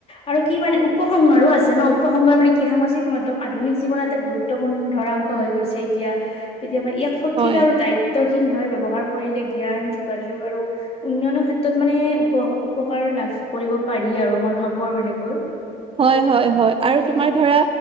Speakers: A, on the left; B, on the right.
A: আৰু কি মানে উপসংহাৰো আছে ন, উপসংহাৰ মানে কি সামাজিক মাধ্যম আধুনিক জীৱনত এটা গুৰুত ত্বপূৰ্ণ ধৰাংশ হৈ গৈছে এতিয়া এতিয়া মানে ইয়াক সঠিক
B: হয়
A: আৰু দায়ি ত্বশীলভাৱে ব্যৱহাৰ কৰিলে জ্ঞান, যোগাযোগ আৰু উন্নয়নৰ ক্ষেত্ৰত মানে উপ উপকাৰ লাভ কৰিব পাৰি আৰু মই ভাবো আৰু এনেকৈ।
B: হয় হয় হয়
A: সেইটোৱে
B: আৰু তোমাৰ ধৰা